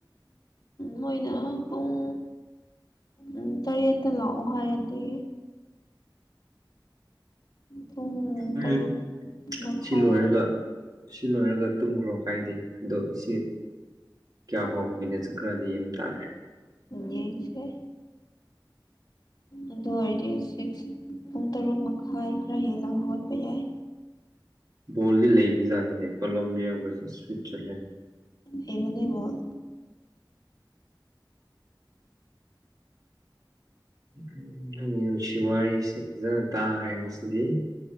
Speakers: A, on the left; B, on the right.
A: ꯃꯣꯏꯅ ꯄꯨꯡ꯫ ꯎꯝ ꯇꯔꯦꯠꯇ ꯂꯥꯛꯑꯣ ꯍꯥꯏꯔꯗꯤ꯫ ꯄꯨꯡ
B: ꯎꯝ
A: ꯇꯔꯨꯛ ꯃꯈꯥꯏ
B: ꯁꯤ ꯂꯣꯏꯔꯒ꯫ ꯁꯤ ꯂꯣꯏꯔꯒ ꯇꯨꯝꯈ꯭ꯔꯣ ꯀꯥꯏꯗꯦ ꯑꯗꯣ ꯁꯤ꯫ ꯀꯌꯥ ꯐꯥꯎꯕ ꯀꯨꯏꯅ ꯆꯠꯈ꯭ꯔꯗꯤ ꯌꯦꯡꯕ ꯇꯥꯔꯦ꯫
A: ꯌꯦꯡꯁꯦ꯫ ꯑꯗꯨ ꯑꯣꯏꯔꯗꯤ ꯁꯤꯛꯁ ꯄꯨꯡ ꯇꯔꯨꯛ ꯃꯈꯥꯏ ꯈꯔ ꯍꯦꯜꯂꯒ ꯍꯧꯒꯠꯄ ꯌꯥꯏ꯫
B: ꯕꯣꯜꯗꯤ ꯂꯩꯕꯖꯥꯅꯤꯅꯦ ꯀꯣꯂꯣꯕꯤꯌꯥ ꯕꯔꯁꯦꯁ ꯁ꯭ꯋꯤꯠꯖꯔꯂꯦꯟ
A: ꯍꯩꯕꯅꯦ ꯕꯣꯜ
B: ꯎꯝ ꯅꯪꯒꯤ ꯅꯨꯡꯁꯤ ꯋꯥꯔꯤꯁꯤ ꯐꯖꯅ ꯇꯥꯈ꯭ꯔꯦ ꯉꯁꯤꯗꯤ